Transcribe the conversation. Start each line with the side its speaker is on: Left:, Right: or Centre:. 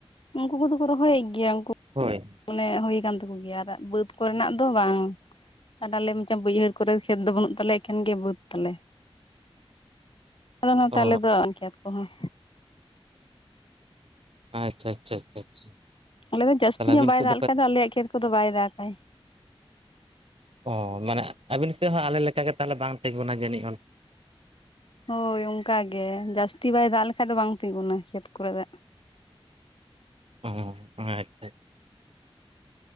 Left: ᱩᱱᱠᱩ ᱠᱚᱫᱚ ᱠᱚ ᱨᱚᱦᱚ ᱭᱮᱫ ᱜᱮᱭᱟ ᱩᱱᱠᱩ
Right: ᱦᱳᱭ
Left: ᱚᱱᱮ ᱦᱩᱭ ᱠᱟᱱ ᱛᱟᱠᱚ ᱜᱮᱭᱟ ᱟᱨ ᱵᱟᱹᱫᱽ ᱠᱚᱨᱮᱱᱟᱜ ᱫᱚ ᱵᱟᱝ ᱟᱨ ᱟᱞᱮ ᱢᱟᱪᱚᱝ ᱵᱟᱹᱭᱦᱟᱹᱲ ᱠᱚᱨᱮ ᱠᱷᱮᱛ ᱫᱚ ᱵᱟᱹᱱᱩᱜ ᱛᱟᱞᱮ ᱮᱠᱷᱮᱱ ᱜᱮ ᱵᱟᱹᱫ ᱛᱟᱞᱮ ᱟᱞᱮ ᱱᱚᱛᱮ
Right: ᱚ
Left: ᱟᱞᱮ ᱫᱚ ᱠᱷᱮᱛ ᱠᱚ ᱦᱚᱸ
Right: ᱟᱪᱪᱷᱟ ᱟᱪᱪᱷᱟ ᱟᱪᱪᱷᱟ ᱟᱪᱪᱷᱟ
Left: ᱟᱞᱮ ᱫᱚ ᱡᱟᱹᱥᱛᱤ
Right: ᱛᱟᱦᱚᱞᱮ
Left: ᱧᱚᱜ
Right: ᱟᱹᱵᱤᱱ
Left: ᱵᱟᱭ
Right: ᱥᱮᱫ
Left: ᱫᱟᱜ ᱞᱮᱠᱷᱟᱡ ᱫᱚ ᱟᱞᱮᱭᱟᱜ ᱠᱷᱮᱛ ᱠᱚᱫᱚ ᱵᱟᱭ ᱫᱟ ᱜᱟᱭ
Right: ᱚᱸ ᱢᱟᱱᱮ ᱟᱵᱤᱱ ᱥᱮᱫ ᱦᱚᱸ ᱟᱞᱮᱠᱟᱜᱮ ᱛᱟᱦᱚᱞᱮ ᱵᱟᱝ ᱛᱤᱸᱜᱩᱱᱟ ᱡᱟᱹᱱᱤᱡ ᱚᱱ
Left: ᱦᱳᱭ ᱚᱱᱠᱟ ᱜᱮ ᱡᱟᱹᱥᱛᱤ ᱵᱟᱭ ᱫᱟᱜ ᱞᱮᱠᱷᱟᱡ ᱫᱚ ᱵᱟᱝ ᱛᱤᱸᱜᱩᱱᱟ ᱠᱷᱮᱛ ᱠᱚᱨᱮ ᱫᱟᱜ
Right: ᱚᱸ ᱟᱪᱪᱷᱟ ᱟᱪᱪᱷᱟ